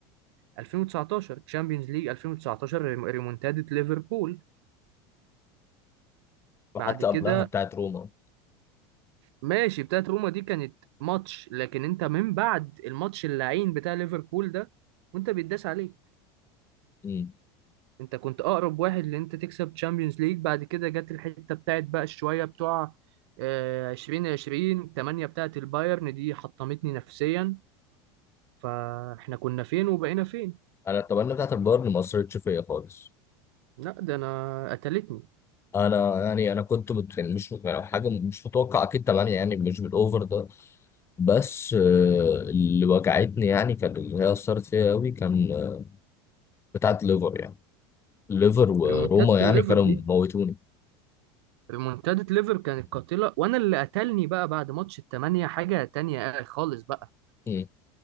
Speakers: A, on the right; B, on the left.
A: 2019 تشامبيونز ليج 2019 ريم- ريمونتادة ليفربول
B: وحتى
A: بعد كده
B: قبلها بتاعت روما
A: ماشي بتاعت روما دي كانت ماتش لكن انت من بعد الماتش اللعين بتاع ليفربول ده وانت بيتداس عليك
B: مم.
A: انت كنت اقرب واحد لان انت تكسب تشامبيونز ليج بعد كده جت الحتة بتاعت بقى شوية بتوع آه، 2020 8 بتاعت البايرن دي حطمتني نفسيا فاحنا كنا فين وبقينا فين
B: انا اتمنى بتاعت البايرن ما اثرتش فيا خالص
A: لا ده انا قتلتني
B: انا يعني انا كنت مت... يعني مش يعني حاجه مش متوقع اكيد طبعا يعني مش بالاوفر ده بس آه، اللي وجعتني يعني كان اللي هي اثرت فيا قوي كان آه، بتاعت ليفر يعني ليفر وروما
A: ريمونتادة
B: يعني
A: الليفر
B: كانوا
A: دي
B: موتوني
A: ريمونتادة ليفر كانت قاتلة وانا اللي قتلني بقى بعد ماتش التمانية حاجة تانية آه، خالص بقى
B: مم.